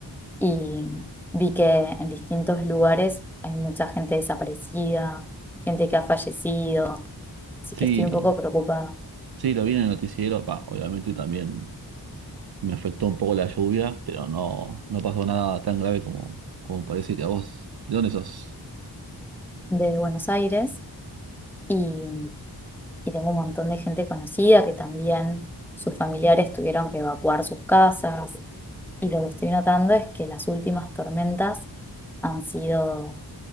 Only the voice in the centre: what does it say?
y vi que en distintos lugares hay mucha gente desaparecida, gente que ha fallecido, así
que estoy un poco preocupada
de Buenos Aires y, y tengo un montón de gente conocida que también sus familiares tuvieron que evacuar sus casas y lo que estoy notando es que las últimas tormentas han sido